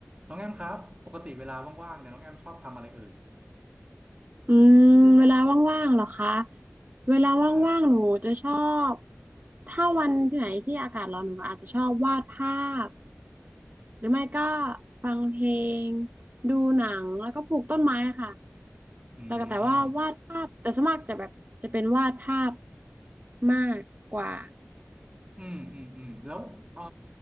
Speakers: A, on the right; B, on the right.
A: น้องแอมครับปกติเวลาว่างๆเนี่ยน้องแอมชอบทำอะไรเอ่ย
B: อืมเวลาว่างๆเหรอคะเวลาว่างๆหนูจะชอบ
A: ใช่
B: ถ้าวันที่ไหนที่อากาศร้อนหนูก็อาจจะชอบวาดภาพหรือไม่ก็ฟังเพลงดูหนังแล้วก็ปลูกต้นไม้ค่ะ
A: อื
B: แล้วก็แต่ว่าวาดภาพแต่ส่วนมากจะแบบจะเป็นวาดภาพ
A: ม
B: มากกว่า
A: อืมอืมอืมแล้วเอ่อ